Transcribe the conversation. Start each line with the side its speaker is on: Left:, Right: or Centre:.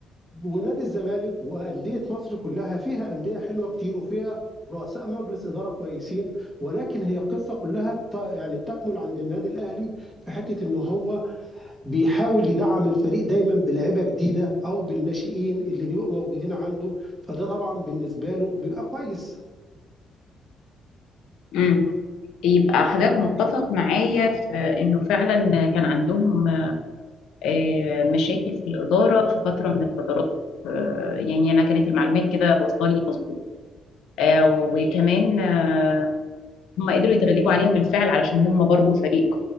Right: ونادي الزمالك وانديه مصر كلها فيها انديه حلوه كتير وفيها رؤساء مجلس اداره كويسين ولكن هي القصه كلها بت- يعني بتكمل عند النادي الاهلي في حته ان هو بيحاول يدعم الفريق دايما بلاعيبه جديده او بالناشئين اللي بيبقوا موجودين عنده فده طبعا بالنسبه له بيبقى كويس
Left: امم يبقى حضرتك متفق معايا في انه فعلا كان عندهم آه، مشاكل في الاداره في فتره من الفترات آه، يعني انا كانت المعلومات كده واصله لي مظبوط آه، وكمان آه، هم قدروا يتغلبوا عليها بالفعل علشان هم برضو فريق